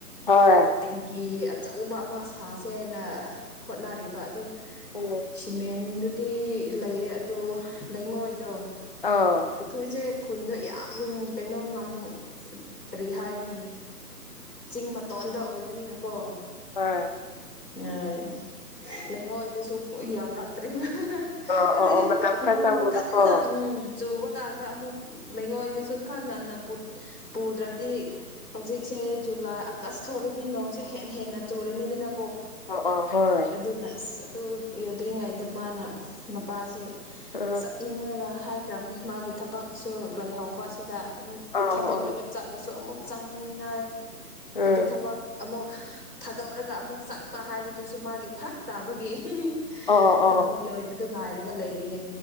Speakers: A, on the left; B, on the left.
A: ꯍꯣꯏ
B: ꯇꯦꯡꯀꯤ ꯑꯆꯧꯕ ꯑꯃ ꯁꯥꯁꯦꯅ ꯍꯣꯠꯅꯔꯤꯕ ꯑꯗꯨ
A: ꯎꯝ
B: ꯁꯤꯃꯦꯟꯗꯨ ꯗꯤ ꯂꯩꯔꯦ ꯑꯗꯣ ꯂꯩꯉꯣꯏꯗꯣ
A: ꯑꯥꯎ
B: ꯑꯩꯈꯣꯏꯁꯦ ꯈꯨꯟꯗꯣ ꯌꯥꯝ ꯀꯩꯅꯣ ꯉꯝ ꯀꯔꯤ ꯍꯥꯏꯅꯤ ꯆꯤꯡ ꯃꯇꯣꯟꯗ ꯑꯣꯏꯕꯅꯤꯅꯀꯣ
A: ꯍꯣꯢ
B: ꯑꯦ ꯂꯩꯉꯣꯏꯗꯨꯁꯨ ꯌꯧꯔꯛꯇ꯭ꯔꯤꯕ
A: ꯑꯣ
B: ꯑꯗꯨꯏ
A: ꯑꯣ ꯑꯣ ꯃꯇꯝ
B: ꯅꯣꯡ
A: ꯈꯔ ꯆꯪꯕꯗꯀꯣ
B: ꯀꯟꯅ ꯎꯝ ꯆꯨꯕ ꯀꯥꯟꯗ ꯑꯃꯨꯛ ꯂꯩꯉꯣꯏꯗꯨꯁꯨ ꯈꯔ ꯉꯟꯅ ꯄꯨꯗ꯭ꯔꯗꯤ ꯍꯧꯖꯤꯛꯁꯦ ꯖꯨꯂꯥꯏ ꯑꯥꯒꯁ ꯊꯣꯛꯔꯗꯤ ꯅꯣꯡꯁꯦ ꯍꯦꯟꯅ ꯍꯦꯟꯅ ꯆꯨꯔꯅꯤꯗꯅ
A: ꯑꯣ ꯑꯣ ꯍꯣꯏ
B: ꯑꯗꯨꯅ ꯑꯁ ꯑꯗꯨ ꯌꯧꯗ꯭ꯔꯤꯉꯩꯗ ꯃꯥꯅ ꯃꯄꯥꯁꯦ
A: ꯎꯝ
B: ꯆꯠꯅꯤꯡꯉꯒ ꯍꯥꯏꯈ꯭ꯔꯝꯅꯤ ꯃꯥꯒꯤ ꯊꯕꯛꯁꯤꯁꯨ ꯂꯩꯍꯧꯕ ꯑꯁꯤꯗ ꯑꯗꯨꯨ
A: ꯑꯣ
B: ꯊꯥꯗꯣꯛꯂꯒ
A: ꯑꯣ
B: ꯆꯠꯂꯁꯨ ꯑꯃꯨꯛ ꯆꯪꯅꯤꯡꯉꯥꯏ
A: ꯎꯝ
B: ꯑꯗꯨ ꯊꯕꯛ ꯑꯃꯨꯛ ꯊꯥꯗꯣꯛꯔꯒ ꯑꯃꯨꯛ ꯆꯠꯄ ꯍꯥꯏꯕꯗꯨꯁꯨ ꯃꯥꯒꯤ ꯐꯔꯛ ꯇꯥꯕꯒꯤ <unintelligible>
A: ꯑꯣ ꯑꯣ
B: ꯊꯕꯛ ꯂꯣꯏꯕꯗꯨ ꯉꯥꯏꯔꯒ ꯂꯩꯔꯤꯌꯦ